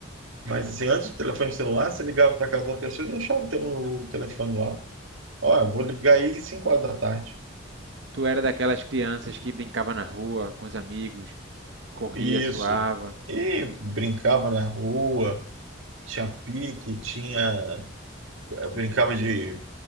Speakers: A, on the right; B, on the right.
A: Mas assim, antes do telefone celular, você ligava para casa da pessoa e deixava o teu- o telefone lá. Ó, eu vou ligar aí cinco horas da tarde.
B: tu era daquelas crianças que brincava na rua com os amigos, corria,
A: Isso.
B: suava.
A: E brincava na rua, tinha pique, tinha Eu brincava de